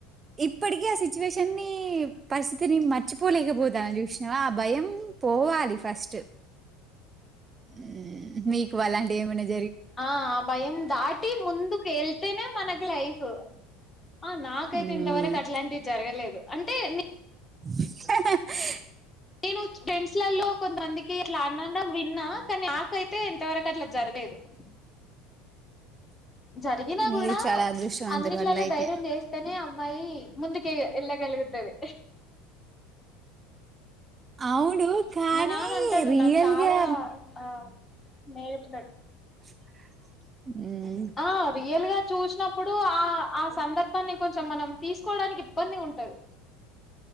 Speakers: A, on the right; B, on the left.
A: ఇప్పటికి ఆ సిచ్యువేషన్ని పరిస్థితిని మర్చిపోలేకపోతాన చూసినవా ఆ భయం పోవాలి ఫస్ట్ ఉ మీకు అలాంటియేమన్న జ
B: ఆ ఆ భయం దాటి ముందుకేళ్తేనే మనకి లైఫ్ ఆ నాకైతే
A: మ్మ్
B: ఇంతవరకు అట్లాంటివి జరగలేదు అంటే నే
A: హె హె
B: నేను టెంట్స్ లల్లో కొంతమందికి అట్లా అనడం విన్నా కానీ నాకైతే ఇంతవరకు అట్లా జరగలేదు <inaudible> జరిగినా
A: మీరు
B: కూడా
A: చాలా అదృష్టవంతులు
B: అన్నిట్లల్ల
A: అట్ల అయితే
B: ధైర్యం చేస్తేనే అమ్మాయి ముందుకే ఎల్లగలుగుతది
A: అవును కానీ
B: మా నాన అంటాడు
A: రియల్గా
B: నాక్ చాలా ఆ నేర్ప్
A: ఏ
B: ఆ రియల్ గా చూసినప్పుడు ఆ ఆ సందర్భాన్ని కొంచెం మనం తీసుకోవడానికి ఇబ్బంది ఉంటది